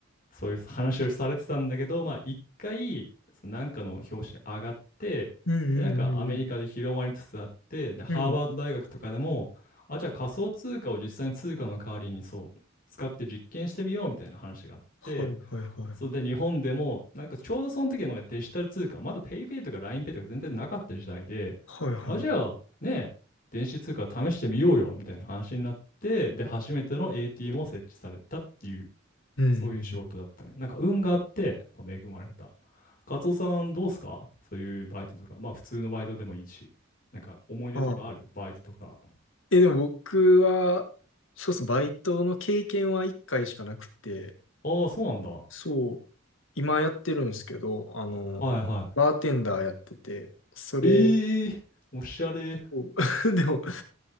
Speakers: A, on the left (about 45°); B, on the left (about 75°).
A: そういう話をされてたんだけど、まあ一回、そのなんかの表紙に上がって、
B: うんうんうんう
A: で、なんかアメリカで広まりつつあって、で、ハーバード大学とかでも、
B: ん。うん。
A: あ、じゃあ仮想通貨を実際に通貨の代わりにそう、使って実験してみようみたいな話があって、
B: はいはいはい。
A: それで日本でも、なんかちょうどその時はなんかデジタル通貨、まだ PayPay とか LINEPay とか全然なかった時代で、
B: はいはい。
A: あ、じゃあね、電子通貨試してみようよみたいな話になって、で、初めての ATM を設置されたっていう
B: うんうんうん。
A: まあそういう仕事だったね。なんか運があって、まあ、恵まれた。カツオさんどうすかそういうバイトとか。まあ普通のバイトでもいいし。なんか思い出とかあるバイトとか。
B: ああ。え、でも僕は、そうですね、バイトの経験は1回しかなくて、
A: ああ、そうなんだ。は
B: そう、今やってるんですけど、あの、
A: いは
B: バーテンダーやってて、それ
A: い。ええーおしゃれ。
B: を、<laughs> でも、